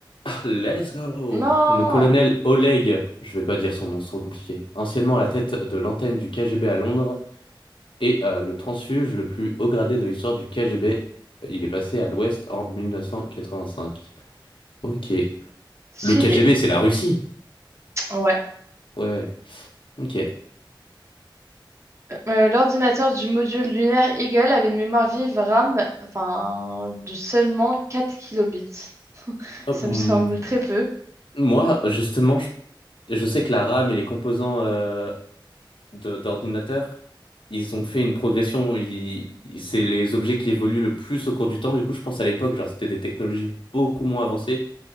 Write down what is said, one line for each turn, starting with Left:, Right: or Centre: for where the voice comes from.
Left: Let's go!
Right: Non!
Left: Le colonel Oleg, je vais pas dire son nom, c'est trop compliqué, anciennement à la tête de l'antenne du KGB à Londres et euh, le transfuge le plus haut gradé de l'histoire du KGB, il est passé à l'Ouest en 1985. Ok.
Right: Stylé.
Left: Le KGB, c'est la Russie?
Right: Ouais.
Left: Ouais, ouais. Ok.
Right: Euh, euh, l'ordinateur du module lunaire Eagle avait une mémoire vive RAM enfin, de seulement 4 kilobits.
Left: Oh,
Right: Ça
Left: hmm.
Right: me semble très peu.
Left: Moi, justement, je, je sais que la RAM et les composants euh, de- d'ordinateur, ils ont fait une progression. ils- ils- C'est les objets qui évoluent le plus au cours du temps. Du coup, je pense à l'époque, genre, c'était des technologies beaucoup moins avancées.